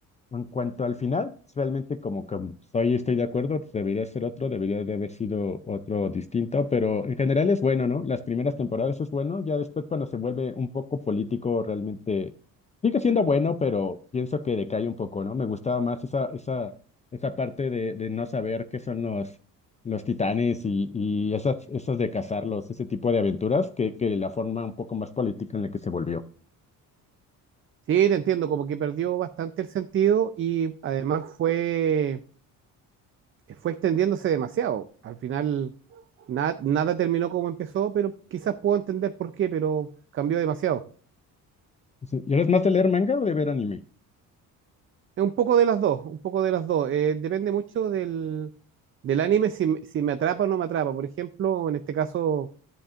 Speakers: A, on the left (about 20°); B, on the right (about 35°).
A: En cuanto al final, pues, realmente como que soy, estoy de acuerdo, debería ser otro, debería de haber sido otro distinto, pero en general es bueno, ¿no? Las primeras temporadas es bueno, ya después cuando se vuelve un poco político, realmente sigue siendo bueno, pero pienso que decae un poco, ¿no? Me gustaba más esa, esa, esa parte de, de no saber qué son los, los titanes y, y esas, esas de cazarlos, ese tipo de aventuras, que, que la forma un poco más política en la que se volvió.
B: Sí, te entiendo, como que perdió bastante el sentido y además fue, fue extendiéndose demasiado. Al final na- nada terminó como empezó, pero quizás puedo entender por qué, pero cambió demasiado.
A: Sí. ¿Y eres más de leer manga o de ver anime?
B: Es un poco de las dos, un poco de las dos. Eh, depende mucho del, del anime si, me- si me atrapa o no me atrapa. Por ejemplo, en este caso,